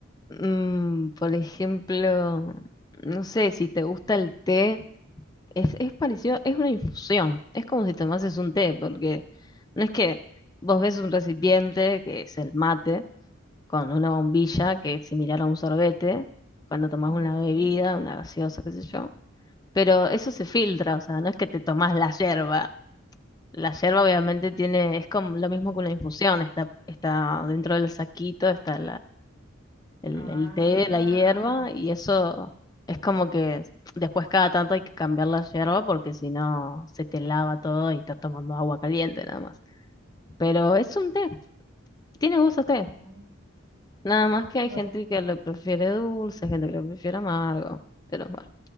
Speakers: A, on the left; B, on the right.
A: Mm, por ejemplo, no sé, si te gusta el té, es, es parecido, es una infusión, es como si tomases un té, porque no es que vos ves un recipiente, que es el mate, con una bombilla, que es similar a un sorbete, cuando tomás
B: Ujú.
A: una bebida, una gaseosa, qué sé yo, pero eso se filtra, o sea, no es que te tomás la yerba. La yerba obviamente tiene, es como lo mismo que una infusión, está, está dentro del saquito, está el,
B: Ah,
A: el té, la hierba, y eso es como que después cada tanto hay que cambiar la hierba porque si no se te lava todo y estás tomando agua caliente nada más. Pero es un té, tiene gusto a té.
B: oh,
A: Nada más que
B: bueno.
A: hay gente que lo prefiere dulce, gente que lo prefiere amargo. Pero bueno,